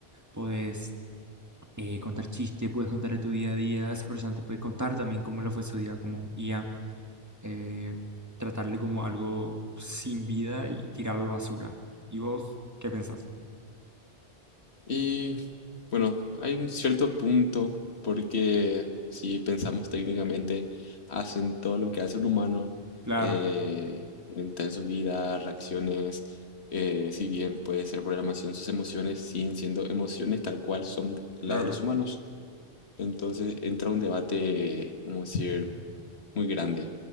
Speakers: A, on the right; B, on the left.
A: puedes eh, contar chistes, puedes contar de tu día a día, esa persona te puede contar también cómo lo fue su día como IA, eh, tratarle como algo sin vida y tirarlo a la basura. ¿Y vos qué pensás?
B: Y bueno, hay un cierto punto porque si pensamos técnicamente, hacen todo lo que hace un humano
A: Claro,
B: eh, en su vida, reacciones, eh, si bien puede ser programación, sus emociones siguen siendo emociones tal cual son las
A: claro.
B: de los humanos. Entonces entra un debate, como decir, muy grande.